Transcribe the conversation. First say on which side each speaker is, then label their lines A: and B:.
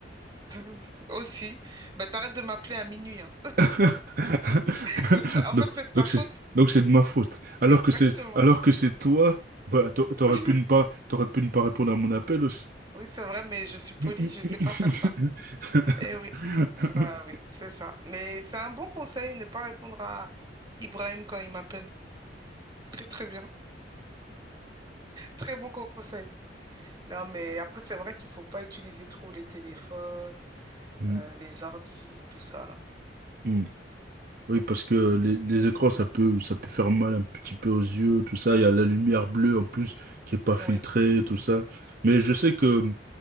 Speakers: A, on the right; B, on the right.
A: <laughs> Aussi. Bah t'arrêtes de m'appeler à minuit, hein.
B: <laughs>
A: C'est ta- En
B: Donc,
A: fait, c'est de ta
B: donc
A: faute.
B: c'est, donc c'est de ma faute. Alors
A: Exactement.
B: que c'est, alors que c'est toi, bah, t'a- t'aurais
A: <laughs>
B: pu ne pas, t'aurais pu ne pas répondre à mon appel aussi.
A: Oui, c'est vrai, mais je suis polie,
B: <laughs>
A: je sais pas faire ça. Eh oui, bah oui, c'est ça. Mais c'est un bon conseil, ne pas répondre à Ibrahim quand il m'appelle. Très très bien. Très bon conseil. Non, mais après, c'est vrai qu'il faut pas utiliser trop les téléphones,
B: Mm,
A: euh, les ordis, tout ça, là.
B: mm. Oui, parce que les, les écrans, ça peut, ça peut faire mal un petit peu aux yeux, tout ça. Il y a la lumière bleue en plus qui est pas filtrée,
A: Oui,
B: tout ça. Mais je sais que,